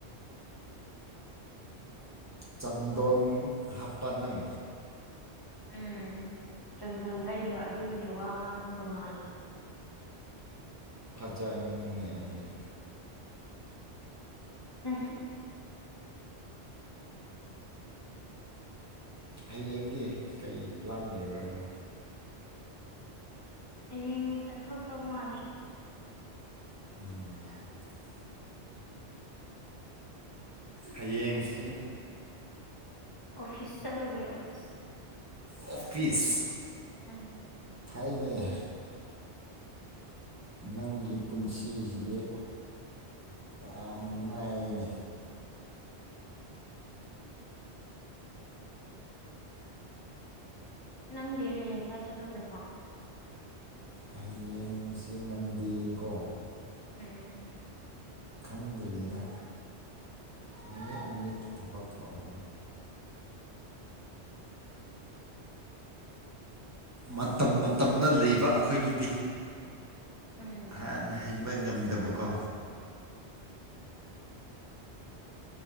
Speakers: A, on the right; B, on the left.
A: ꯆꯥꯟꯗꯣꯟ ꯍꯥꯞꯄ ꯅꯪ
B: ꯎꯝ ꯆꯟꯗꯣꯟ ꯇꯩꯕ ꯑꯗꯨꯒꯤꯅꯦ ꯋꯥ ꯉꯥꯡꯕ ꯇꯣꯉꯥꯜꯂꯤꯗꯣ
A: ꯐꯖꯔꯅꯤꯅꯦ ꯑꯗꯨꯗꯤ
B: ꯎꯝ ꯍꯝ
A: ꯍꯌꯦꯡꯒꯤ ꯀꯩ ꯄ꯭ꯂꯥꯟ ꯂꯩꯕ ꯅꯪ
B: ꯍꯌꯦꯡ ꯆꯠꯊꯣꯛꯇꯧ ꯃꯥꯜꯂꯦ
A: ꯎꯝ <inaudible> ꯍꯌꯦꯡꯁꯤ
B: ꯑꯣꯐꯤꯁ ꯆꯠꯂꯨꯒꯦ ꯑꯣꯐꯤꯁ
A: ꯑꯣꯐꯤꯁ
B: ꯎꯝ
A: ꯐꯩꯅꯦ ꯅꯪꯒꯤ ꯄꯨꯟꯁꯤꯁꯤꯗꯤ ꯌꯥꯝꯅ ꯅꯨꯡꯉꯥꯏꯅꯦ
B: ꯅꯪꯗꯤ ꯍꯌꯦꯡ ꯀꯥꯏ ꯆꯠꯂꯨꯗꯣꯏꯕ
A: ꯍꯌꯦꯡꯁꯦ ꯃꯟꯗꯦꯀꯣ
B: ꯎꯝ
A: ꯈꯪꯗ꯭ꯔꯤꯗ ꯅꯨꯃꯤꯠ ꯅꯨꯃꯤꯠꯀꯤ ꯊꯕꯛ ꯊꯣꯛꯂꯅꯤ ꯃꯇꯝ ꯃꯇꯝꯗ ꯂꯩꯕ ꯑꯩꯈꯣꯏꯒꯤꯗꯤ꯫
B: ꯎꯝ
A: ꯑꯥꯍꯩꯕ ꯉꯝꯗꯕꯀꯣ꯫